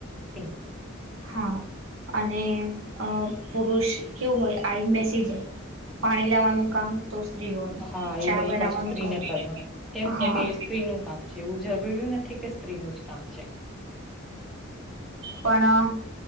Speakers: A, in the centre; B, on the right (about 70°).
A: પિન્ક.
B: હા અને અ પુરુષ કેવું હોય આઈને બેસી જાય પાણી લેવાનું કામ તો સ્ત્રીઓનું
A: હા એ
B: ચા
A: બધું
B: બનાવાનું
A: પાછું સ્ત્રીને
B: કામ
A: કરવાનું કેમ તો
B: હા
A: કે સ્ત્રીનું કામ છે એવું જરૂરી નથી કે સ્ત્રીનું જ કામ છે.
B: પણ